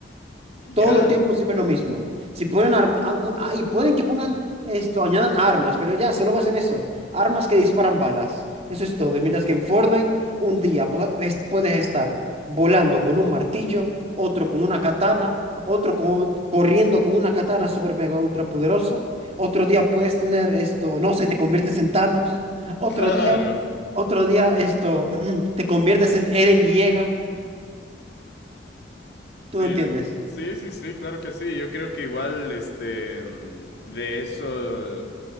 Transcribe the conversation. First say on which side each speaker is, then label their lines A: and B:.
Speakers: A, on the left; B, on the right.
A: Ya,
B: Todo el tiempo siempre lo mismo. Si ponen arm- ah, un- ah, y pueden que pongan esto, añadan armas, pero ya, solo basen eso. Armas que disparan balas. Eso es todo. Y mientras que en Fortnite, un día po- es- puedes estar volando con un martillo, otro con una katana, otro con- corriendo con una katana super mega ultra poderosa. Otro día puedes tener esto, no sé, te conviertes en Thanos. Otro
A: claro,
B: día, otro día esto, <clears throat> te conviertes en Eren Yeager.
A: Sí,
B: ¿Tú entiendes?
A: sí, sí, sí, claro que sí. Yo creo que igual, este, mm, de eso,